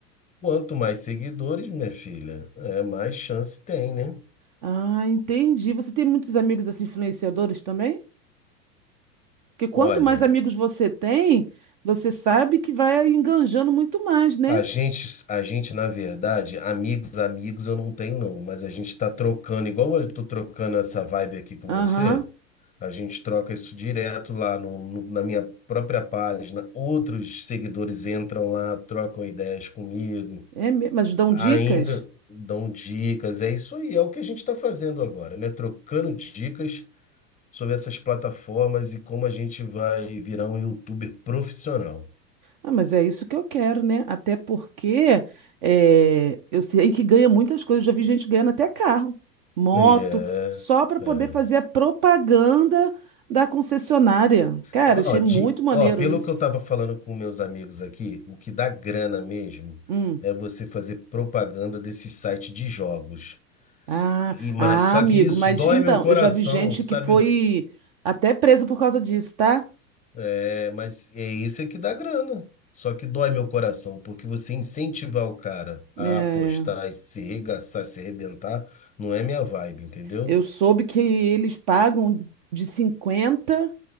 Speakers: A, on the left (about 15°); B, on the right (about 30°).
A: Quanto mais seguidores, minha filha, é mais chance tem, né?
B: Ah, entendi. Você tem muitos amigos assim influenciadores também? Porque quanto
A: Olha,
B: mais amigos você tem, você sabe que vai enganjando muito mais, né?
A: A gente, a gente, na verdade, amigos, amigos eu não tenho não, mas a gente tá trocando, igual eu tô trocando essa vibe aqui com
B: Aham.
A: você, a gente troca isso direto lá no, no- na minha própria página. Outros seguidores entram lá, trocam ideias comigo,
B: É, me- mas dão
A: ainda
B: dicas?
A: dão dicas. É isso aí, é o que a gente está fazendo agora, né? Trocando dicas sobre essas plataformas e como a gente vai virar um youtuber profissional.
B: Ah, mas é isso que eu quero, né? Até porque é, eu sei que ganha muitas coisas. Já vi gente ganhando até carro, moto,
A: E É,
B: só para
A: é.
B: poder fazer a propaganda da concessionária. Cara,
A: Ó,
B: achei
A: de,
B: muito maneiro
A: ó, pelo
B: isso.
A: que eu estava falando com meus amigos aqui, o que dá grana mesmo
B: Hum.
A: é você fazer propaganda desse site de jogos.
B: Ah,
A: E, mas
B: ah,
A: só
B: amigo,
A: que isso
B: mas
A: dói
B: então,
A: meu coração,
B: eu já vi gente
A: sabe?
B: que foi até presa por causa disso, tá?
A: É, mas é esse que dá grana. Só que dói meu coração, porque você incentivar o cara
B: É.
A: a apostar, e se regaçar, se arrebentar, não é minha vibe, entendeu?
B: Eu soube que eles pagam de 50